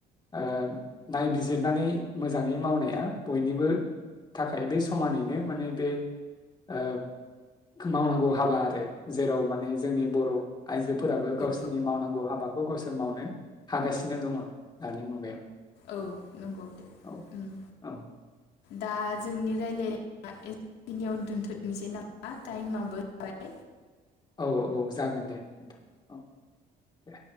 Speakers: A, on the left (about 25°); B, on the left (about 85°).
A: ओ नायबिजिरनानै मोजाङै मावनाया बयनिबो थाखाय बे समानैनो माने बे ओ मावनांगौ हाबा आरो जेराव माने जोंनि बर' आइजो फोराबो
B: औ
A: गावसो नि मावनांगौ हाबाखौ गावसोर मावनो हागासिनो दङ दानि मुगायाव।
B: औ नंगौ दे
A: औ
B: ओम
A: औ
B: दा जोंनि रायलाय दा एखिनियाव दोनथ'नोसै नामा टाइमाबो जाबाय
A: औ औ औ जागोन दे नोंथां औ दे।